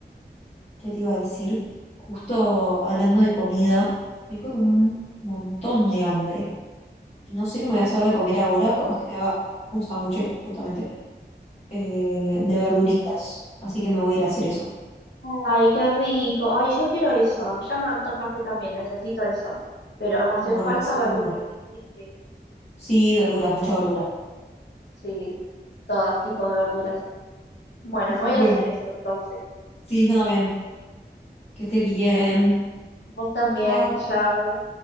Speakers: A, on the left (about 35°); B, on the left (about 85°).
A: ¿Qué te iba a decir? Justo hablando de comida, estoy con un montón de hambre y no sé qué me voy a hacer de comer ahora. Capaz que me haga un sándwich, justamente, eh, de verduritas. Así que me voy a ir a hacer eso.
B: Ay, qué rico. Ay, yo quiero eso. Ya me antojaste también, necesito eso. Pero me hacen
A: Bueno,
B: falta
A: así que
B: verduras,
A: uno.
B: así que
A: Sí,
B: eh,
A: verduras, mucha verdura.
B: sí, todos tipos de verduras. Bueno, me voy
A: Bueno,
B: a hacer eso entonces.
A: sí, yo también. Que estés bien.
B: Bueno, vos también,
A: Chao.
B: chao.